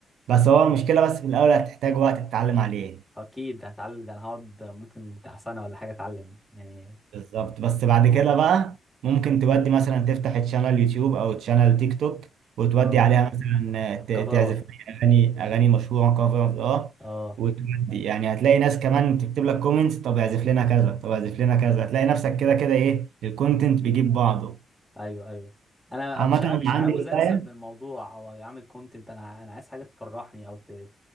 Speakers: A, on the right (about 80°); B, in the centre.
A: بس هو المشكلة بس في الاول هتحتاج وقت تتعلم عليه
B: اكيد هتعلم ده انا هقعد ممكن بتاع سنة ولا حاجة اتعلم يعني
A: بالظبط بس بعد كده بقى ممكن تودي مثلا تفتح تشانل يوتيوب او تشانل تيك توك وتودي
B: اه
A: عليها مثلا ت-
B: كفرات
A: تعزف اغاني اغاني مشهوره كفرز اه
B: اه
A: وتودي يعني هتلاقي ناس كمان تكتب لك كومنتس طب اعزف لنا كذا طب اعزف لنا كذا هتلاقي نفسك كده كده ايه الكونتنت بيجيب بعضه
B: ايوه ايوه انا
A: عامة
B: مش ع-
A: انا
B: مش
A: عندي
B: عاوز اكسب
A: هواية
B: من الموضوع او اعمل كونتنت انا انا عايز حاجه تفرحني او ت-